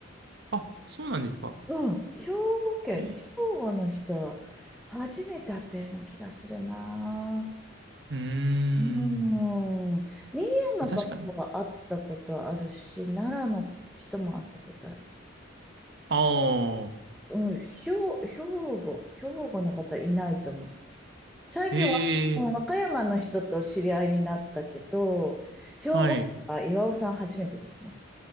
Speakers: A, on the right; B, in the centre.
A: あ、そうなんですか。
B: うん。兵庫県、
A: え
B: 兵庫の人は初めて会ったような気がするな。
A: うー
B: うーん。
A: ん。
B: 三重の方は会ったことあるし、
A: あ、確かに。
B: 奈良の人も会ったことある。
A: ああ、
B: うん、兵、兵庫、兵庫の方いないと思う。最近は、
A: へえ、
B: うん和歌山の人と知り合いになったけど、兵庫、
A: はい。
B: あ、岩尾さん初めてですね。